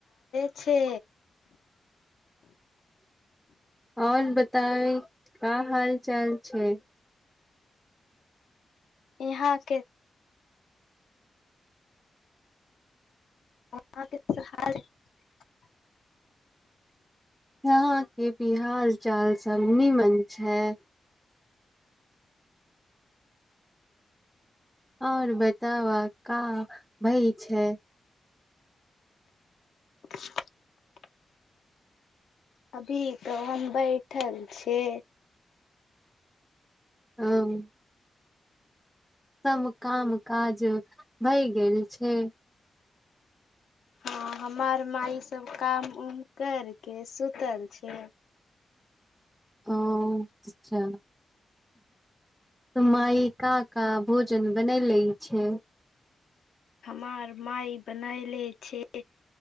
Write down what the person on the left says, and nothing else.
छे
यहाँ के <unintelligible>
<inaudible> अभी तऽ हम बैठल छी
हँ हमार माई सब काम उम करके सुतल छैय।
हमार माई बनायले छैय